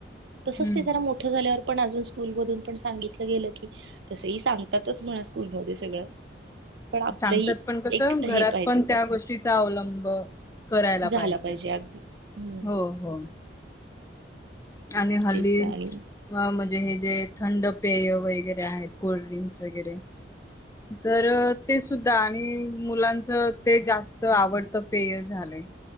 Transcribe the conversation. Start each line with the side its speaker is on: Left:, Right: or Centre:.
Right: तसच
Left: हम्म
Right: ते जरा मोठ झाल्यावर पण अजून स्कूल मधून पण सांगितलं गेलं की तसही सांगतातच म्हणा स्कूल म सगळं पण आपलंही
Left: सांगतात पण कस
Right: एक हे
Left: घरात
Right: पाहिजे
Left: पण त्या गोष्टीचा अवलंब करायला
Right: झाला
Left: पाहिजे असं
Right: अगदी हम्म
Left: हो हो आणि हल्ली
Right: तेच ना आणि
Left: म्हणजे हे जे थंड पेय वगैरे आहेत कोल्डड्रिंक्स वगैरे तर ते सुद्धा आणि मुलांच ते जास्त आवडतं पेय झालंय